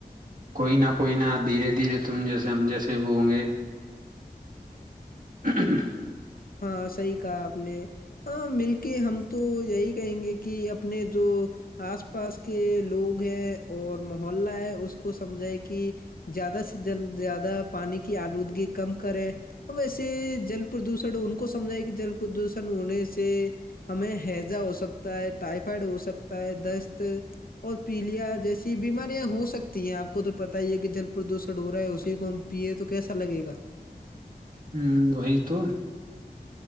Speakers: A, on the right (about 55°); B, on the left (about 65°).
A: کوئی نہ کوئی نہ دھیرے دھیرے تم جیسے ہم جیسے وہ ہ گے <unintelligible>
B: ہاں صحیح کہا آپ نے ہاں مل کے ہم تو یہی کہیں گے کہ اپنے جو آس پاس کے لوگ ہیں اور محلہ ہے اس کو سمجھائے کہ زیادہ سے جل زیادہ پانی کی آلودگی کم کرے اور ویسے جل پردوشن س ان کو سمجھائے گ جل پردوشن ہونے سے ہمیں ہیضا ہو سکتا ہے ٹائفائڈ ہو سکتا ہے دست اور پیلیاں جیسی بیماریاں ہو سکتی ہیں آپ کو تو پتا ہی ہے کہ جل پردوشن ہو رہا ہے اسی کو ہم پیے تو کیسا لگے گا
A: ہ وہی تو